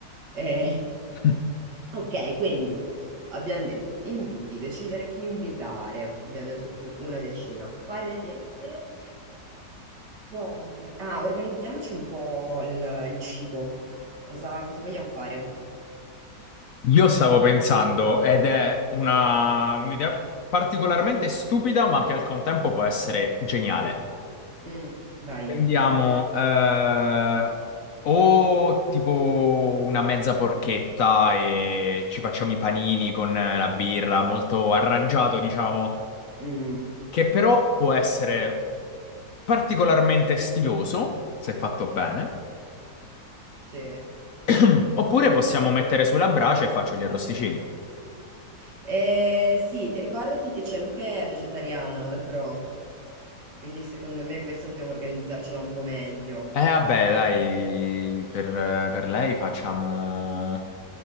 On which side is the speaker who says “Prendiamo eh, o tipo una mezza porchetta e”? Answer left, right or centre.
Left